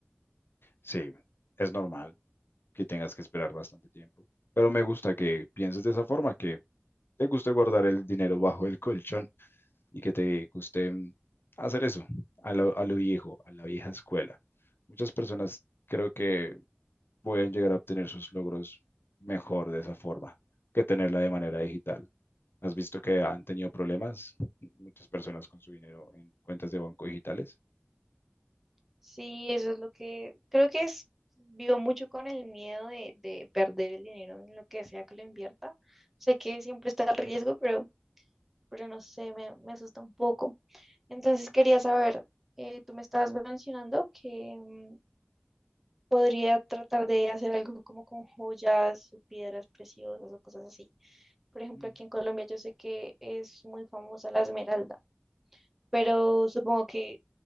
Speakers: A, on the left; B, in the centre.
A: Sí, es normal que tengas que esperar bastante tiempo. Pero me gusta que pienses de esa forma, que te guste guardar el dinero bajo el colchón y que te guste mm, hacer eso a lo, a lo viejo, a la vieja escuela. Muchas personas creo que pueden llegar a obtener sus logros mejor de esa forma que tenerla de manera digital. ¿Has visto que han tenido problemas muchas personas con su dinero en cuentas de banco digitales?
B: Sí, eso es lo que creo que es, vivo mucho con el miedo de, de perder el dinero en lo que sea que lo invierta. Sé que siempre está el riesgo, pero, pero no sé, me, me asusta un poco. Entonces quería saber, eh, tú me estabas mencionando que mm, podría tratar de hacer algo como con joyas o piedras preciosas o cosas así. Por ejemplo,
A: Mm,
B: aquí en Colombia yo sé que es muy famosa la esmeralda, pero supongo que